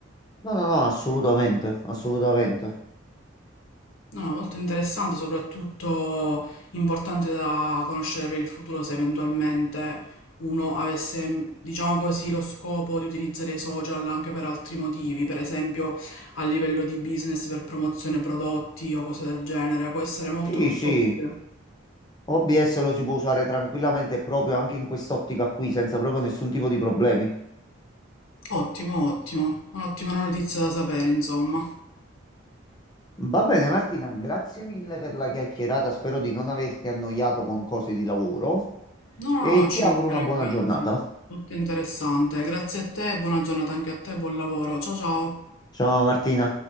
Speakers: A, on the left; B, on the left.
A: No, no, no, assolutamente, assolutamente.
B: No, no, molto interessante, soprattutto importante da conoscere per il futuro se eventualmente uno avesse, diciamo così, lo scopo di utilizzare i social anche per altri motivi, per esempio a livello di business per promozione prodotti o cose del genere, può essere molto
A: Sì,
B: molto
A: sì,
B: utile.
A: OBS lo si può usare tranquillamente proprio anche in quest'ottica qui, senza proprio nessun tipo di problemi.
B: Ottimo, ottimo, un'ottima notizia da sapere, insomma.
A: Va bene, Martina, grazie mille per la chiacchierata, spero di non averti annoiato con cose di lavoro
B: No, no,
A: e
B: no, ci
A: ti auguro
B: mancherebbe,
A: una buona giornata.
B: anzi, molto interessante. Grazie a te, buona giornata anche a te, buon lavoro. Ciao ciao.
A: Ciao Martina.